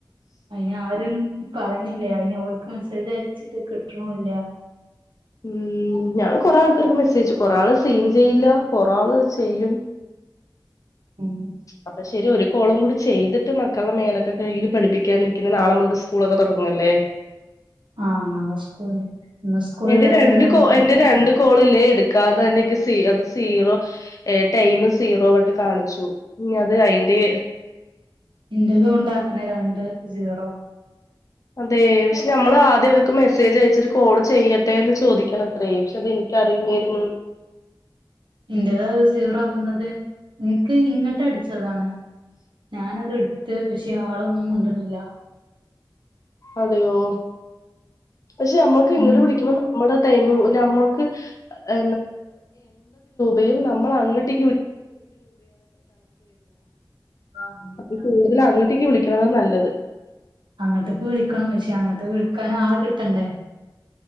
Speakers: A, on the right (about 80°); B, on the left (about 45°).
A: അയ്ന് ആരും പറയണില്ല അയ്ന് ഓൽക്ക് മെസ്സേജ് അയച്ചിട്ട് കിട്ടണൂല്ല
B: ഉം ഞാന് കൊറെ ആൾക്കാർക്ക് മെസ്സേജ്ച്ചു കൊറെ ആള് സീൻ ചെയ്യില്ല കൊറേ ആള് ചെയ്യും
A: ഉം
B: അപ്പൊ ശരി ഒരു കോളും കൂടി ചെയ്തിട്ട് മക്കളുടെ മേലൊക്കെ കഴുകിട്ട് പഠിപ്പിക്കാനിരിക്കുന്ന നാളെ മുതല് സ് സ്കൂളൊക്കെ തൊടങ്ങല്ലേ
A: ആഹ് നാളെ സ്കൂളില്ല ഇന്ന് സ്കൂളില്ലാത്ത
B: എന്റെ രണ്ട്
A: ഏതായാലും
B: കോ
A: ന
B: എന്റെ രണ്ട് കോളില്ലേ എടുക്കാതെ തന്നെ ക്ക് സീ അത് സീറോ ഏഹ് ടൈമ് സീറോ ആയിട്ട് കാണിച്ചു ഇനി അത് അയിന്റെ
A: ഇന്റതൂണ്ട് അങ്ങനെ രണ്ട് സീറോ
B: അതെയ് പക്ഷെ നമ്മൾ ആദ്യം അവർക്ക് മെസ്സേജ് അയച്ചിട്ട് കോള് ചെയ്യട്ടെ എന്ന് ചോദിക്കണം അത്രേ പക്ഷെ അതെനിക്ക് അറിയില്ലായിരുന്നു
A: ഇന്റത് അത് സീറോ വന്നത് ഇൻക്ക് ഇങ്ങട്ട് അടിച്ചതാണ് ഞാനത് ഇടുത്ത് പക്ഷെ ആളൊന്നും മിണ്ടണില്ല
B: അതെയോ പക്ഷെ നമ്മക്ക് ഇങ്ങട്ട്
A: ഉം
B: വിളിക്കുമ്പോ നമ്മുടെ ടൈമ് നമ്മക്ക് !!! ക്ക് വര്ണത്
A: ആഹ്
B: അപ്പൊ കൂടുതൽ അങ്ങട്ടേക്ക് വിളിക്കണതാ നല്ലത്
A: അങ്ങട്ടേക്ക് വിളിക്കണം പക്ഷേ അങ്ങട്ടേക്ക് വിളിക്കാൻ ആളെ കിട്ടണ്ടേ